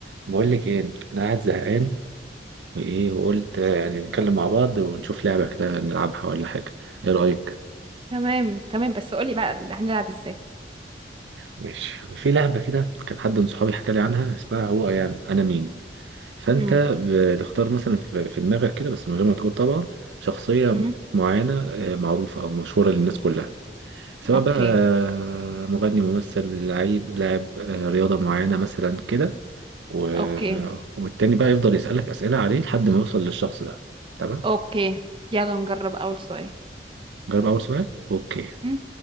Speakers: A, on the right; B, on the right.
A: بقول لك ايه انا قاعد زهقان وايه وقلت آه، يعني نتكلم مع بعض ونشوف لعبه كده نلعبها ولا حاجه ايه رايك
B: تمام تمام بس قولي بقى اللي هنلعب ازاي
A: ماشي وفي لعبه كده كان حد من صحابي حكى لي عنها اسمها هو ايام انا مين فانت
B: امم
A: بتختار مثلا في في دماغك كده بس من غير ما تقول طبعا شخصيه
B: امم
A: معينه آه، معروفه او مشهوره للناس كلها سواء
B: اوكي
A: بقى آه، مغني ممثل لعيب لاعب آه، رياضه معينه مثلا كده و... آه،
B: اوكي
A: والتاني بقى يفضل يسالك اسئله عليه لحد ما يوصل للشخص ده تمام
B: اوكي يلا نجرب اول سؤال
A: جرب أول سؤال أوكي
B: امم